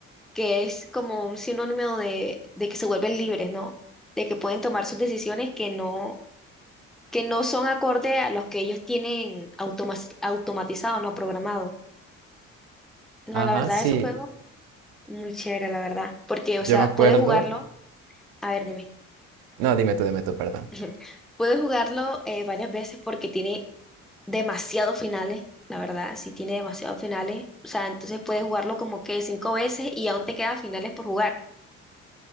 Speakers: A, in the centre; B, on the right.
A: que es como un sinónimo de, de que se vuelven libres, ¿no? De que pueden tomar sus decisiones que no, que no son acorde a los que ellos tienen automa- automatizado, no programado. No,
B: ajá,
A: la verdad,
B: sí,
A: esos juegos. Muy chévere, la verdad. Porque, o
B: yo
A: sea,
B: me acuerdo.
A: puedes jugarlo. A ver, dime.
B: No, dime tú, dime tú, perdón.
A: <laughs> Puedes jugarlo eh, varias veces porque tiene demasiados finales, la verdad. Sí, tiene demasiados finales. O sea, entonces puedes jugarlo como que cinco veces y aún te quedan finales por jugar.